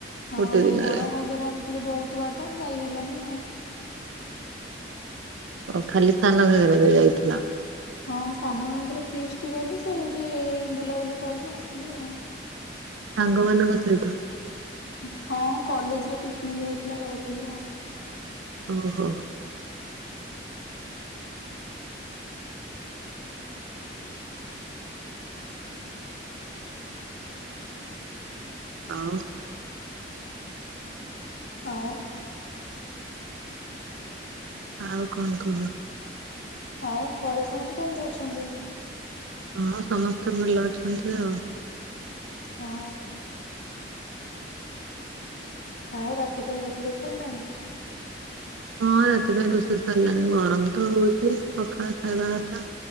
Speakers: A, on the left; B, on the right.
A: ହଁ
B: ଗୋଟେ ଦିନରେ
A: ବଡ ଘାଗେରା ଟିକେ ବହୁତ ବାଟ ଯାଇ ହେଲାନି। ହଁ
B: ଓ ଖାଲି ସାନ ଘାଗେରା ଯାଇଥିଲା?
A: ହଁ ସାନ ଘାଗେରା ରେ ଫିଷଟ କଲୁ ସେଇଠି ବୁଲାବୁଲି କଲୁ ଆସିଲୁ ଆଉ।
B: ସାଙ୍ଗ ମାନଙ୍କ ସହିତ
A: ହଁ କଲେଜରେ ପିକନିକ ହେଇଥିଲା ଯାଇଥିଲୁ ଆଉ।
B: ଓହୋ ଆଉ
A: ଆଉ
B: ଆଉ କଣ କୁହ?
A: ଆଉ ଘରେ ସମସ୍ତେ କେମିତି ଅଛନ୍ତି?
B: ହଁ ସମସ୍ତେ ଭଲ ଅଛନ୍ତି ଆଉ।
A: ହଁ ଆଉ ରାତି ପାଇଁ ରୋଷେଇ ସରିଲାଣି?
B: ହଁ ରାତି ପାଇଁ ରୋଷେଇ ସାରିଲାଣି ଗରମ ତ ହଉଛି ପଖାଳ ଖାଇବା କଥା